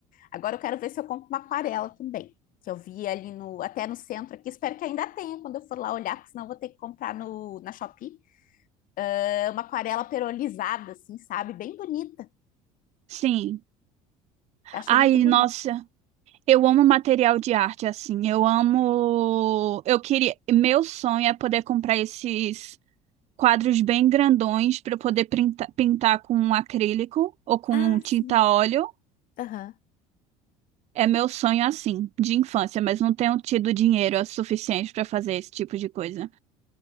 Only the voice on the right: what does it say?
Sim.
Ai,
nossa. Eu amo material de arte, assim. Eu amo. Eu queria. Meu sonho é poder comprar esses quadros bem grandões para eu poder printa- pintar com um acrílico ou com
tinta óleo.
É meu sonho, assim, de infância, mas não tenho tido dinheiro suficiente para fazer esse tipo de coisa.